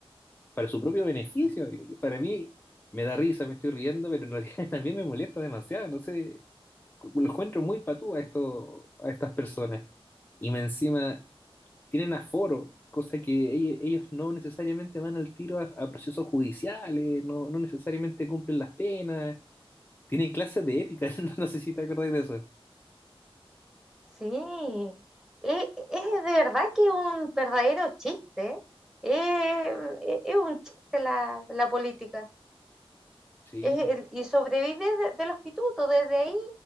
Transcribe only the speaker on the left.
para su propio beneficio. Y- y para mí me da risa, me estoy riendo, pero en realidad <laughs> también me molesta demasiado. No sé, lo encuentro muy patú a, esto, a estas personas. Y me encima tienen aforo, cosa que ell- ellos no necesariamente van al tiro a, a procesos judiciales, no, no necesariamente cumplen las penas, tienen clases de ética, <laughs> no sé si te acordáis de eso.
Sí,